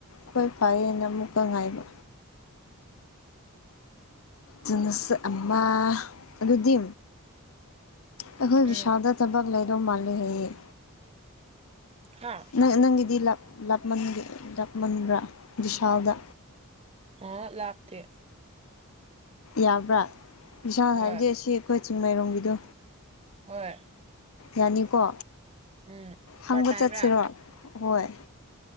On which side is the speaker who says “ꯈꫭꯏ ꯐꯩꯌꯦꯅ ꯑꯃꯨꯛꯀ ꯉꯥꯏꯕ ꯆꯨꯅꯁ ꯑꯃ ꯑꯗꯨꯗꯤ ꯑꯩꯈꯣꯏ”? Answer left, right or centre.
Left